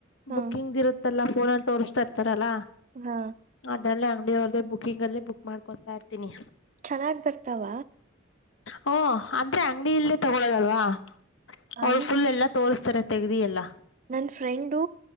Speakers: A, on the right; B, on the left.
A: ಹಾ
B: ಬುಕಿಂಗ್ ಇರುತ್ತ. ತ್ತಲ್ಲ ಫೋನ ಅಲ್ಲಿ ತೋರಿಸತ್ತಾ ಇರ್ತಾರಲ್ಲಾ.
A: ಹಾ.
B: ಅದ್ರಲ್ಲೇ ಅಂಗಡಿಯ ಅವ್ರದೇ ಬುಕಿಂಗ್ ಅಲ್ಲೇ ಬುಕ್ ಮಾಡ್ಕೊತಾ ಇರ್ತೀನಿ.
A: ಚೆನ್ನಾಗಿ ಬರ್ತಾವ.
B: ಹೂಂ ಅಂದ್ರೆ ಅಂಗಡಿ ಇಲ್ಲೇ ತಗೊಳ್ಳೋದಲ್ವಾ. ಅವ್ರು
A: ಅನ್
B: ಫುಲ್ ಎಲ್ಲಾ ತೋಸ್ತಾರೆ ತೆಗದಿ ಎಲ್ಲಾ.
A: ನನ್ನ ಫ್ರೆಂಡು